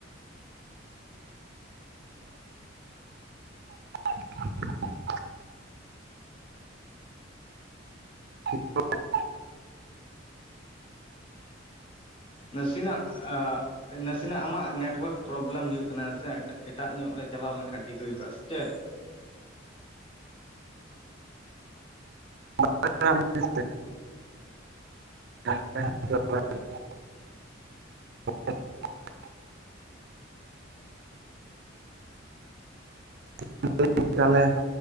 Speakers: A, on the right; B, on the left.
A: <inaudible> <unintelligible>
B: ᱱᱟᱥᱤᱱᱟᱜ ᱟ ᱱᱟᱥᱤᱱᱟᱜ ᱟᱢᱟᱜ ᱱᱮᱴᱳᱣᱟᱨᱠ ᱯᱨᱚᱵᱽᱞᱮᱢ ᱦᱩᱭᱩᱜ ᱠᱟᱱᱟ ᱥᱮ, ᱮᱴᱟᱜ ᱧᱚᱜ ᱨᱮ ᱪᱟᱞᱟᱣ ᱞᱮᱱᱠᱷᱟᱡ ᱴᱷᱤᱠ ᱦᱩᱭ ᱠᱚᱜᱼᱟ ᱥᱮ ᱪᱮᱫ᱾
A: <unintelligible> <unintelligible> <unintelligible> ᱛᱟᱞᱦᱮ ᱼᱼ